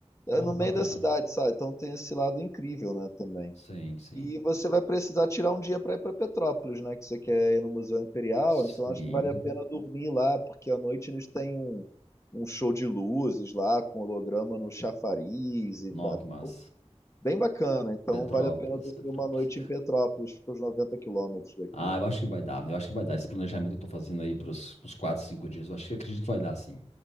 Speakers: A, on the left; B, on the left.
A: É
B: Nó,
A: no
B: bacana.
A: meio da cidade, sabe? Então tem esse lado incrível, né, também.
B: Sim, sim.
A: E você vai precisar tirar um dia para ir para Petrópolis, né, que você quer ir no Museu Imperial,
B: Sim.
A: então acho que vale a pena dormir lá, porque à noite eles têm um um show de luzes lá com holograma no chafariz e
B: Nó,
A: va-
B: que massa.
A: Bem bacana, então
B: Petrópolis,
A: vale a pena dormir
B: Petrópolis.
A: uma noite em Petrópolis, fica uns 90 quilômetros daqui.
B: Ah, eu acho que vai dar. né, Eu acho que vai dar. Esse planejamento que eu tô fazendo aí pros, pros 4, 5 dias, eu acho que acredito que vai dar, sim.